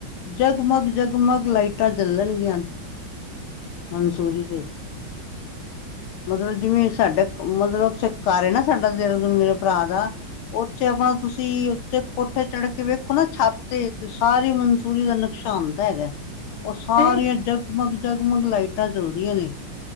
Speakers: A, on the left; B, on the left.
A: ਜਗਮਗ ਜਗਮਗ ਲਾਈਟਾਂ ਜਲਣਗੀਆਂ।
B: ਅੱਛਾ
A: ਮਨਸੂਰੀ
B: ਜੀ।
A: ਦੇ ਮਤਲਬ ਜਿਵੇਂ ਸਾਡੇ ਮਤਲਬ ਚੈਕ ਘਰ ਹਿ ਨਾ ਸਾਡਾ ਦੇਹਰਾਦੂਨ ਮੇਰੇ ਭਰਾ ਦਾ ਉੱਥੇ ਆਪਾਂ ਤੁਸੀਂ ਉੱਥੇ ਕੋਠੇ ਚੜ੍ਹ
B: ਅੱਛਾ
A: ਕੇ ਵੇਖੋ
B: ਜੀ,
A: ਨਾ ਛਾਤੇ ਤੇ ਸਾਰੇ ਮਨਸੂਰੀ ਦਾ ਨਕਸ਼ਾ ਆਂਦਾ ਹੈਗਾ ਉਹ
B: ਅੱਛਾ
A: ਸਾਰੀਆਂ
B: ਜੀ
A: ਜ ਮਗ ਜਗਮਗ ਲਾਈਟਾਂ ਜਲਦੀਆਂ ਨੇ।